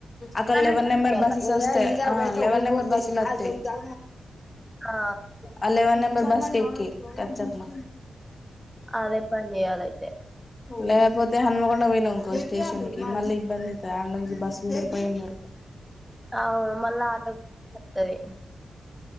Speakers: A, on the left; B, in the centre.
A: అక్కడ లెవెన్
B: నుంచి
A: నెంబర్
B: ఉంటాయా మరి?
A: బస్సెస్ వస్తే ఆ లెవెన్ నెంబర్ బస్సులు వస్తా
B: ఆ
A: ఆ లెవెన్ నెం బస్ ఎక్కి వచ్చేతన
B: అదే పని చేయాలయితే
A: లేపోతే హనుమాకో పోయినావ్ అనుకో స్టేషన్ కి మళ్ళ ఇబంది అవుంది ఆడ నుంచి బస్సు దొరకవ్
B: అవు మళ్ళా ఆటో వస్తది